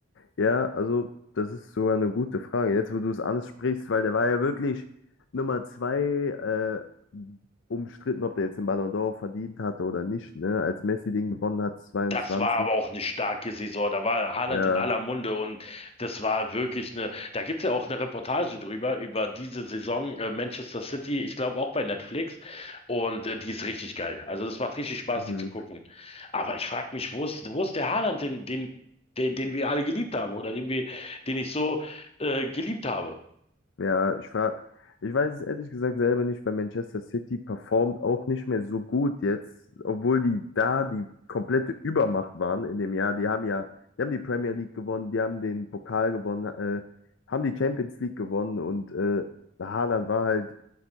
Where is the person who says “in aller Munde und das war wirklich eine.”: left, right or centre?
Left